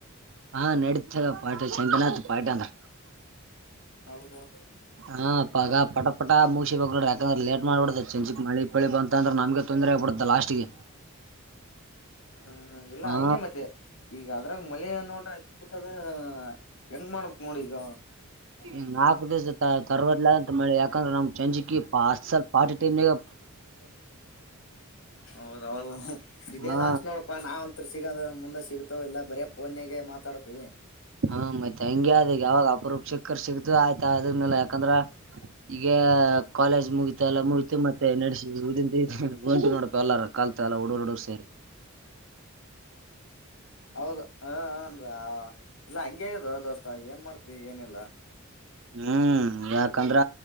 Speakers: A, on the right; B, on the left.
A: ಹಾ ನಡೀತೇವೆ ಪಾಠ ಚಂತನಾಥ ಪಾಠ ಅಂದ್ರ
B: ಹೌದೌದು
A: ಹಾ ಪಗ ಪಟ ಪಟ ಮುಸ ಬ ನೋಡ ಯಾಕಂದ್ರೆ ಲೇಟ್ ಮಾಡ್ಬಿಡ ಚೆಂಚಿಕ್ ಮಳಿ ಪಳಿ ಬಂತು ಂದ್ರೆ ನಮ್ಗೆ ತೊಂದರೆ ಆಗ್ಬಿಡುತ್ತೆ ಲಾಸ್ಟ್ಗೆ
B: ಹ್ಮ್ ಇಲ್ಲ
A: ಹಾ
B: ಹಂಗೆ ಮತ್ತೆ ಈಗ ಅದ್ರಾಗ ಮಳೆ ನೋಡ್ರೆ ಐತ್ತು ಗತದ ಹೆಂಗ್ ಮಾಡ್ಬೇಕಕ್ ನೋಡಿ ಈಗ
A: ್ ನಾಲ್ಕು ದಿವಸ ತರ್ವದಲಾದಂತ ಮಳೆ ಯಾಕಂದ್ರೆ ನಮ್ ಚಂಜಿಕಿ ಪ ಅಸಲ್ ಪಾಟಿ ಎ
B: ಹೌದೌದು ಇದೆ
A: ಹಾ
B: ಲಾಸ್ಟ್ ನೋಡಪ ನಾವ ಒತ್ ಸಿಗದ ಮುಂದೆ ಸಿಗ ಇಲ್ಲ ಬರ ಫೋನಗೆ ಮಾತಾಡ್ತೀವಿ
A: ಹ್ಮ ಮತ್ೆ ಹಂಗಗೆ ಅದ ಯಾವಾಗ ಅಪ ರೂಪಕ್ಕ ಸಿಗತು ಆಯ್ತಾ ಅದನಲ್ಲ ಯಾಕಂದ್ರ ಈಗ ಕಾಲೇಜ್ ಮುಗತ ಎಲ್ಲ ಮುಗತು ಮತ್ತೆ ನಡೆಸಿ ಗಂಟು ನೋಡ್ಪ ಎಲ್ಲಾರ ಕಲ್ತ ಎಲ್ಲ ಹುಡೂರ್ ಹಡರ್ ಸೇರಿ
B: ಹೌದ ಹ ಏನ್ ಇಲ್ಲಾ ಹಂಗಗೆ ಆಗ್ಯದ ದೋಸ್ತಾ ಏನ್ ಮಾಡ್ತಿ ಏನಿಲ್ಲಾ
A: ಹ್ಮ್ ಯಾಕಂದ್ರ